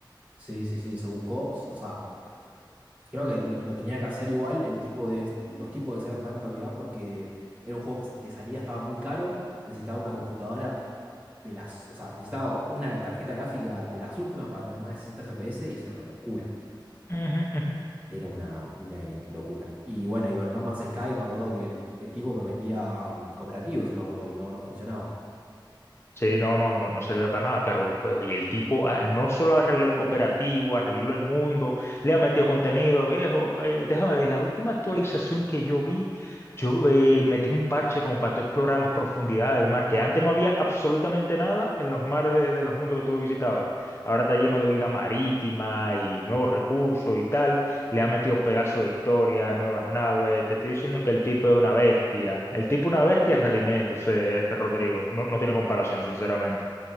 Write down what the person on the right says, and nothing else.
Sí, sí, sí, se buscó, s- o sea. Creo que lo, lo tenía que hacer igual el tipo de, los tipos de Cyberpunk en realidad porque era un juego que de salida estaba muy caro, necesitaba una computadora de las, o sea, necesitaba una tarjeta gráfica de las últimas para tener más de 60 FPS y eso era una locura,
era una, una i- locura. Y bueno, y con No Man's Sky me acuerdo que el, el tipo prometía um, cooperativo, si no me acuerdo, y no, no funcionaba.